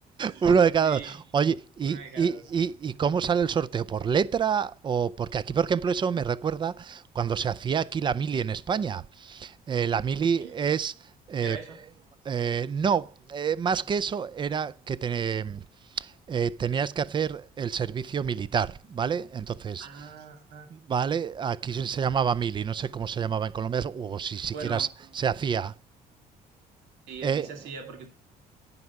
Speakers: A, on the right; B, on the right.
A: Uno
B: <laughs>
A: de
B: sí,
A: cada dos. Oye, ¿y,
B: uno de cada
A: y,
B: dos.
A: y, y cómo sale el sorteo? ¿Por letra? o Porque aquí, por ejemplo, eso me recuerda cuando se hacía aquí la mili en España. Eh, la mili
B: ¿Sí?
A: es... eh,
B: ¿Qué era eso?
A: eh, no, eh, más que eso era que te- eh, tenías que hacer el servicio militar, ¿vale? Entonces,
B: Ah,
A: ¿vale? Aquí se llamaba mili, no sé cómo se llamaba en Colombia, o si siquiera
B: Bueno,
A: se hacía.
B: sí,
A: eh,
B: aquí se hacía porque,